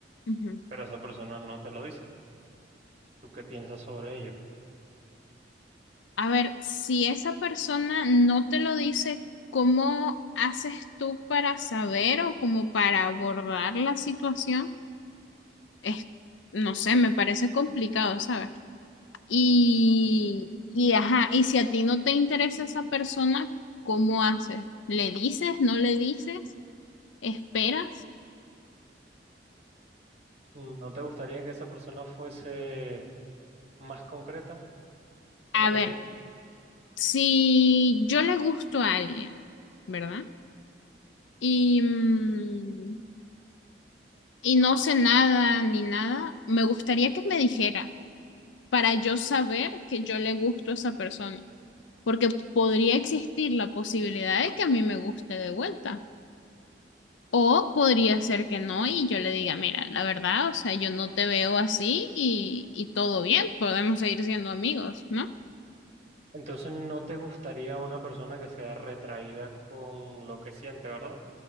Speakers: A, on the left (about 80°); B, on the right (about 35°).
A: ujú.
B: pero esa persona no te lo dice. ¿Tú qué piensas sobre ello?
A: A ver, si esa persona no te lo dice, ¿cómo haces tú para saber o como para abordar la situación? Es, no sé, me parece complicado, ¿sabes? Y, y ajá, y si a ti no te interesa esa persona, ¿cómo haces? ¿Le dices? ¿No le dices? ¿Esperas?
B: ¿No te gustaría que esa persona fuese más concreta con
A: A
B: lo que
A: ver,
B: siente?
A: si yo le gusto a alguien, ¿verdad? y, mm, y no sé nada ni nada, me gustaría que me dijera para yo saber que yo le gusto a esa persona, porque podría existir la posibilidad de que a mí me guste de vuelta. O podría ser que no y yo le diga, mira, la verdad, o sea, yo no te veo así y, y todo bien, podemos seguir siendo amigos, ¿no?
B: Entonces no te gustaría una persona que sea retraída con lo que siente, ¿verdad?